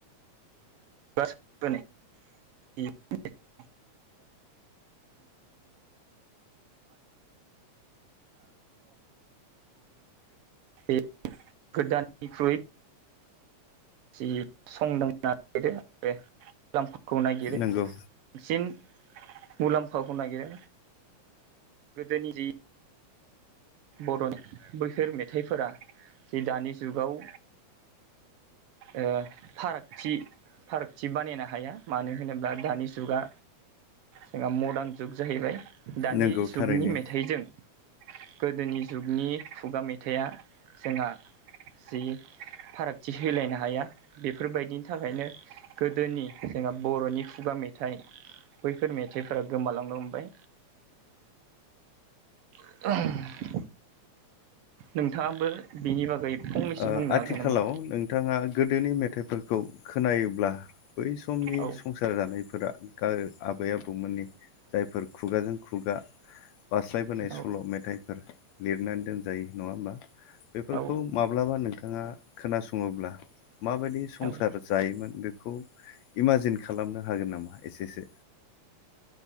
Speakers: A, on the right; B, on the left.
A: <unintelligible> <unintelligible> <unintelligible> बे गोदाननिख्रुइ <unintelligible> दामखौ नागिरो
B: नंगौ
A: बांसिन मुलाम्फाखौ नागिरो गोदोनि जि बरनि बैफोर मेथाइफोरा जे दानि जुगाव ओ फारागथि फारागथि बानायनो हाया मानो होनोब्ला दानि जुगा जोंहा मदार्न जुग जाहैबाय दानि
B: नंगौ
A: जुगनि
B: थारैनो
A: मेथाइजों गोदोनि जुगनि खुगा मेथाइया जोंहा जि फारागथि होलायनो हाया बेफोरबायदिनि थाखायनो गोदोनि जोंहा बर'नि खुगा मेथाइ बैफोर मेथाइफोरा गोमालांनो हमबाय। <unintelligible> नोंथाङाबो बिनि बागै फंनैसो
B: ओ
A: बुंनो
B: आथिखालाव
A: हागोन नामा
B: बिथांआ गोदोनि मेथाइफोरखौ खोनायोब्ला बै समनि
A: औ
B: सं संसार जानायफोरा गा आबै-आबौमोननि जायफोर खुगाजों खुगा बास्लायबोनाय
A: औ
B: सल' मेथाइफोर लिरनानै दोनजायो नङा होमबा। बेफोरखौ
A: औ
B: माब्लाबा नोंथां नोंथाङा खोनासङोब्ला माबायदि संसार
A: औ
B: जायोमोन, बेखौ इमाजिन खालामनो हागोन नामा एसे-एसे